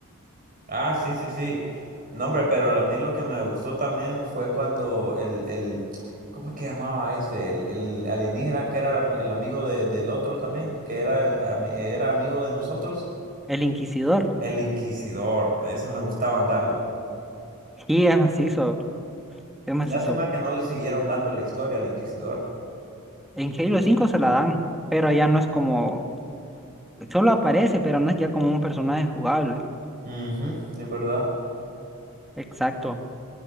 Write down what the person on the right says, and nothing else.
Ah, sí, sí, sí. No, hombre, pero a mí lo que me gustó también fue cuando el, el, ¿cómo es que llamaba este? El, el alienígena que era el amigo de- del otro también, que era, ami- era amigo de nosotros,
el Inquisidor, ese me gustaba andarlo.
Lástima que no le siguieron dando la historia al Inquisidor.
mhm es verdad.